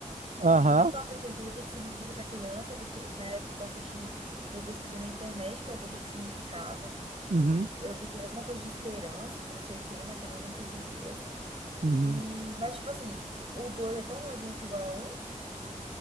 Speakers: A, on the right; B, on the right.
A: Aham.
B: Não dá para entender o que que significa essa criança. Eu tentei- na época que eu assisti, eu pesquisei na internet para ver o que que significava.
A: Uhum.
B: Eu vi que era alguma coisa de esperança, de não sei o quê, mas também não tenho certeza.
A: Uhum.
B: E, mas tipo assim, o dois é tão nojento igual a um.